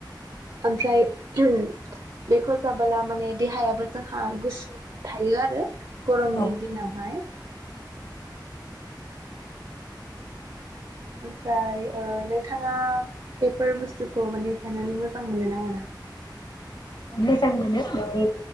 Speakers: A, on the right; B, on the left.
A: ओमफ्राय <unintelligible> बेखौ जाबोला माने देहायाबो जोंहा गुसु थायो आरो गरमनि
B: औ
A: दिनावहाय। ओमफ्राय ओ नोंथाङा बेफोर बुस्थुखौ माने जानानै मोजां मोनो ना मोना?
B: मोजां मोनो बे